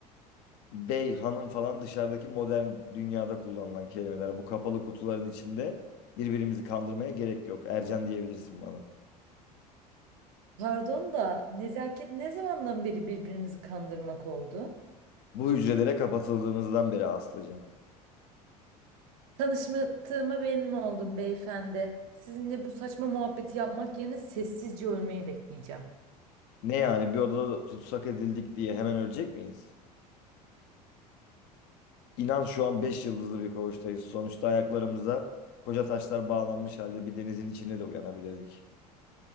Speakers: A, on the left; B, on the right.
A: bey, hanım falan dışarıdaki modern dünyada kullanılan kelimeler. Bu kapalı kutuların içinde birbirimizi kandırmaya gerek yok. Ercan diyebilirsin bana.
B: Pardon da nezaket ne zamandan beri birbirimizi kandırmak oldu?
A: Bu hücrelere kapatıldığımızdan beri Aslı'cığım.
B: Tanıştığıma memnun oldum beyefendi. Sizinle bu saçma muhabbeti yapmak yerine sessizce ölmeyi bekleyeceğim.
A: Ne yani bir odada tutsak edildik diye hemen ölecek miyiz? İnan şu an 5 yıldızlı bir koğuştayız. Sonuçta ayaklarımıza koca taşlar bağlanmış halde bir denizin içinde de uyanabilirdik.